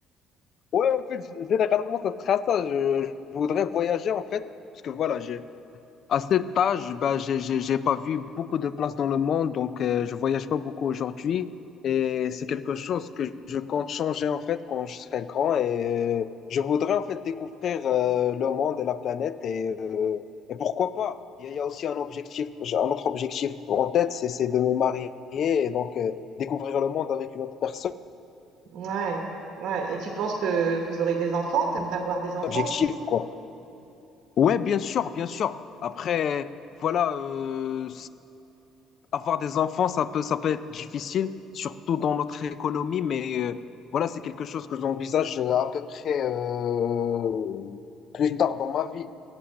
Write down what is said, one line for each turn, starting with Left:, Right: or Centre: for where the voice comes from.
Left: Ouais, en fait, généralement, ça sera ça. Je, je voudrais voyager en fait, parce que voilà, je, À cet âge, bah, j'ai, j'ai j'ai pas vu beaucoup de places dans le monde, donc euh, je voyage pas beaucoup aujourd'hui. Et c'est quelque chose que je compte changer en fait quand je serai grand. Et euh, je voudrais en fait découvrir euh, le monde et la planète. Et, euh, et pourquoi pas? Il y a, il y a aussi un objectif, j'ai un autre objectif en tête, c'est c'est de me marier et donc euh, découvrir le monde avec une autre personne.
Right: Ouais, ouais. Et tu penses que vous aurez des enfants? T'aimerais avoir des enfants
Left: Objectif,
Right: aussi?
Left: quoi. Ouais, bien sûr, bien sûr. Après, voilà, euh, avoir des enfants, ça peut, ça peut être difficile, surtout dans notre économie, mais euh, voilà, c'est quelque chose que j'envisage euh, à peu près euh, plus tard dans ma vie.